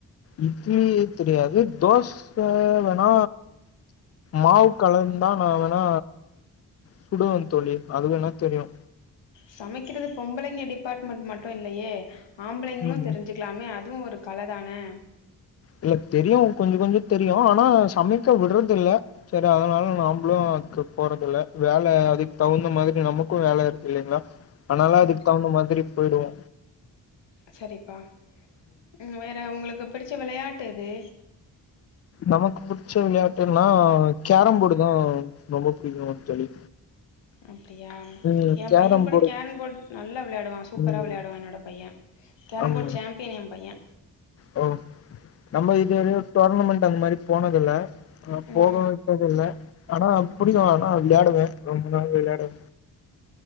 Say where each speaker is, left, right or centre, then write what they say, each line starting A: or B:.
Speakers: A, on the left (about 35°); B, on the left (about 70°).
A: இட்லி தெரியாது தோஸ்ச வேணா மாவ் கலந்துதா நா வேணா சுடுவே தோழி அது வேணா தெரியு
B: சமைக்கிறது பொம்பளைங்க டிபார்ட்மெண்ட் மட்டு இல்லயே ஆம்பளைங்களு
A: ம்
B: தெரிஞ்சிக் ளாமே அதுவு கல தானே
A: இல்ல தெரியு கொஞ்ச கொஞ்ச தெரியு ஆனா சமைக்க விட்றதில்ல சரி அதனால நாம்ளு அதுக்கு போறத இல்ல வேல அதுக்கு தகுந்த மாரி நமக்கு வேல இருக்கு இல்லைங்ளா அன்னால
B: சரி
A: அதுக்கு தகுந்த மாரி பொயிடுவோ
B: சரிப்பா ம் வேற ஒங்ளுக்கு பிடிச்ச வெளயாட்டு எது
A: நமக்கு புடிச்ச வெளயாட்டுனா கேரம் போர்டு தா ரொம்ப புடிக்கு தோழி
B: அப்டியா
A: ம்
B: ஏ
A: கேரம்
B: பைய கூட
A: போர்டு
B: கேரம்போர்ட் நல்லா வெளாடுவா சூப்ரா
A: ம்
B: வெளையாடுவா என்னோட பைய கேரம்போர்ட்
A: ஆமா
B: சேம்பியன் ஏ பைய
A: ஓ நம்ம இது டோர்னமெண்ட் அந்த மாரி போனது இல்ல அங்க போக
B: ம்
A: விட்டது இல்ல ஆனா புடிக்கு ஆனா விளையாடுவே ரொம்ப விளையாடுவே